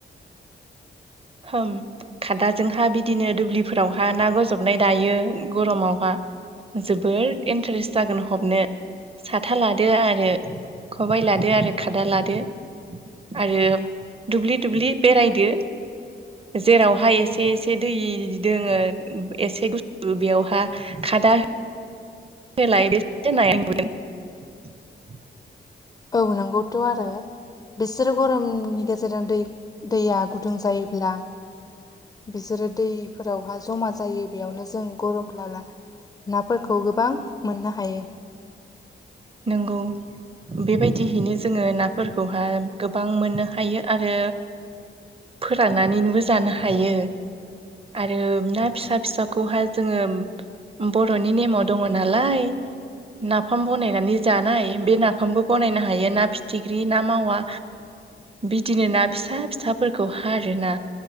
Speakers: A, on the right; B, on the left.
A: हम खादाजोंहा बिदिनो दुब्लिफोरावहा ना गजबनाय दायो गरमावहा जोबोर इन्टारेस्ट जागोन हबनो साथा लादो आरो खबाय लादो आरो खादा लादो आरो दुब्लि दुब्लि बेरायदो
B: <inaudible>
A: जेरावहाय एसे एसे दै दङो एसे गुसु बेयावहाय खादा हो <unintelligible>
B: औ नंगौथ' आरो बिसोरो गरमनि गेजेरजों दै दैया गु दुं जायोब्ला बिसोरो दैफोरावहा जमा जायो बेयावनो जों गरम लाला नाफोरखौ गोबां मोननो हायो।
A: नंगौ बेबायदिहैनो जोङो नाफोरखौहाय गोबां मोननो हायो आरो फोराननानैनोबो जानो हायो। आरो ना फिसा फिसाखौहाय जोङो बर'नि नेमाव दङ नालाय नाफाम बनायन नानै जानाय बे नाफामबो बानायनो हायो ना फिथिख्रि ना मावा बिदिनो ना फिसा फिसाफोरखौ आरोना।